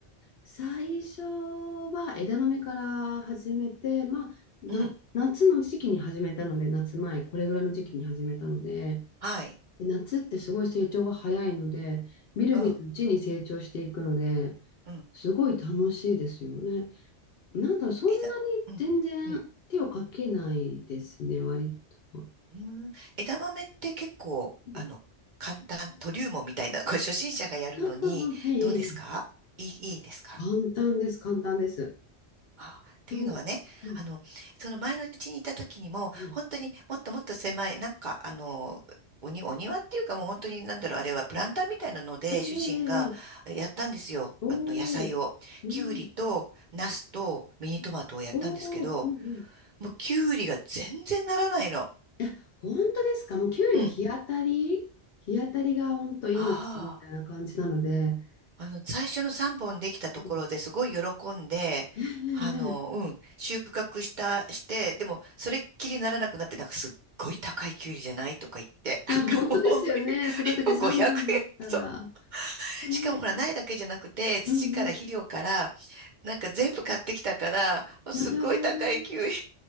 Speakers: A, on the left; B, on the right.
A: 最初は枝豆から始めて、まあ、な、
B: うん。
A: 夏の時期に始めたので、夏前、これぐらいの時期に始めたので、
B: はい。
A: で夏ってすごい成長が早いので、みるみるうちに成長していくので、
B: うん、うん。
A: すごい楽しいですよね。なんだ、そんなに全然手をかけないですね、
B: 枝、うん、うん。
A: 割と。
B: うーん枝豆って結構、
A: うん、
B: あの、簡単、トリウムみたいな、これ初心者がやるのに、
A: ああ、あええ、
B: どうですかいい、
A: ええ
B: いいですか
A: 簡単です、簡単です。
B: あ、っていうのはね、
A: そう。うん、
B: あの、その前のうちにいた時にも、
A: はい。
B: 本当にもっともっと狭い、なんか、あの、おに、お庭っていうかもう本当になんだろう、あれはプランターみたいなので、
A: ええ、ええ、
B: 主人がえやったんですよ。
A: ええお
B: あの、野菜を。
A: お、うん、
B: きゅうりと、ナスと、ミニトマトをやったんですけど、
A: おお、うんうん。
B: もうきゅうりが全然ならないの。
A: え、本当ですかもうキュウリは日当たり日当たりが本当命みたいな感じなので。
B: うん。ああ。あの、最初の3本できたところですごい喜んで、
A: うんええ、
B: あの、
A: ええ
B: うん、収穫した、して、でも、それっきりならなくなって、なんかすっごい高いきゅうりじゃないとか言って、<laughs> なんかもう、
A: ええ本当ですよね。
B: 1本500円。
A: 育てて3本だったら。
B: そう。
A: ええ、
B: しかもほら、苗だけじゃなくて、土から肥料から、
A: うん
B: なんか全部買ってきたから、もうすっごい高いきゅうり。
A: なるほど。